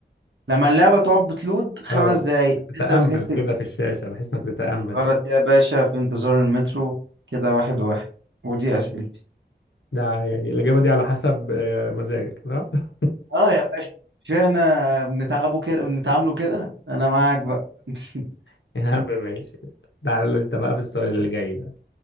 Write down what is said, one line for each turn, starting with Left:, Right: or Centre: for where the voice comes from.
Right: لما اللعبة تقف بتلود خمس
Left: اه
Right: دقايق
Left: بتتأمل
Right: انت بتحس
Left: كده
Right: بإيه
Left: في الشاشة بحيث انك تتأمل
Right: غلط
Left: يعني
Right: يا باشا في انتظار المترو كده واحد واحد ودي أسئلة
Left: ده يعني الإجابة دي على حسب آه، مزاجك صح؟
Right: اه يا باشا مش احنا بنتعبه كده بنتعامله كده انا معاك بقى <laughs>
Left: <laughs> يا عم ماشي تعالى انت بقى في السؤال اللي جاي ده